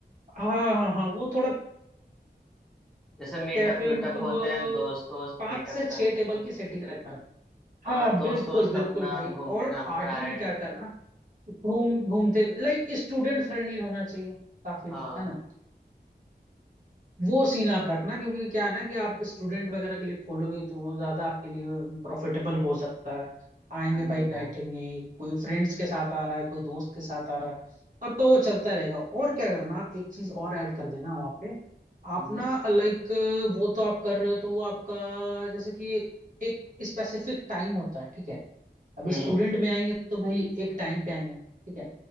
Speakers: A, on the right; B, in the centre.
A: हाँ हाँ हाँ वो थोड़ा
B: जैसे मीटअप
A: कैफे
B: वीटअप
A: मतलब
B: होते
A: अ,
B: हैं दोस्त दोस्त
A: पाँच
B: मीटअप
A: से छह
B: कर रहे हैं
A: टेबल
B: तो
A: की सेटिंग रखना हाँ
B: हाँ दोस्त
A: बिल्कुल
B: दोस्त
A: बिल्कुल
B: अपना
A: भाई
B: घूमते
A: और
B: घामते
A: आगे
B: आ रहे
A: में क्या
B: हैं
A: करना घूम घूमते लाइक स्टूडेंट फ्रेंडली होना चाहिए काफी है
B: हाँ
A: ना वो सीन आप रखना क्योंकि क्या है ना कि आप स्टूडेंट वगैरह के लिए खोलोगे तो वो ज्यादा आपके लिए प्रॉफिटेबल हो सकता है आएंगे
B: हाँ
A: भाई
B: जी भाई
A: बैठेंगे कोई फ्रेंड्स के साथ आ रहा है कोई दोस्त के साथ आ रहा है आपका वो चलता रहेगा और क्या करना आप एक चीज और ऐड कर देना वहाँ पे आप
B: हम्म
A: ना लाइक वो तो आप कर रहे हो तो वो आपका जैसे कि एक स्पेसिफिक टाइम होता है ठीक है अब
B: हम्म
A: स्टूडेंट में आएंगे तो भाई एक टाइम पे आएंगे ठीक है